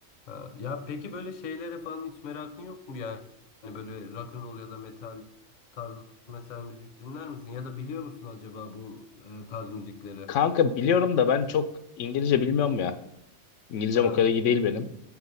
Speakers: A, on the left; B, on the left.
A: Ha, ya peki böyle şeylere falan hiç merakın yok mu yani? Hani böyle rock and roll ya da metal tarzı mesela müzik dinler misin? Ya da biliyor musun acaba bu e, tarz müzikleri?
B: Kanka biliyorum da ben çok İngilizce bilmiyorum ya. İngilizcem
A: Ha,
B: o kadar iyi değil benim.